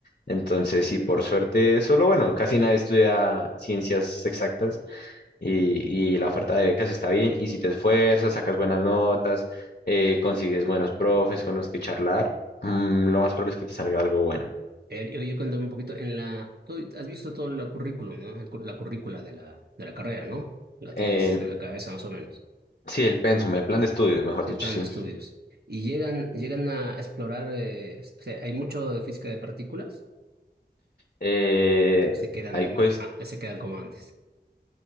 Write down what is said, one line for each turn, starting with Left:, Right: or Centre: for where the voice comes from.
Left: Entonces, sí, por suerte, solo bueno, casi nadie estudia ciencias exactas y, y la oferta de becas está bien. Y si te esfuerzas, sacas buenas notas, eh, consigues buenos profes con los que charlar, mm, lo más probable es que te salga algo bueno.
Right: A ver, yo yo cuéntame un poquito, en la, tú has visto todo el currículum, ¿no? El cu- La currícula de la, de la carrera, ¿no? La
Left: El,
Right: tienes en la cabeza más o menos,
Left: sí, el pensum, el plan de estudios, mejor
Right: el
Left: dicho,
Right: plan
Left: sí.
Right: de estudios. Y llegan, llegan a explorar, eh, o sea, ¿hay mucho de física de partículas?
Left: Eh,
Right: ¿O se quedan,
Left: hay cuest-
Right: ah, se quedan como antes?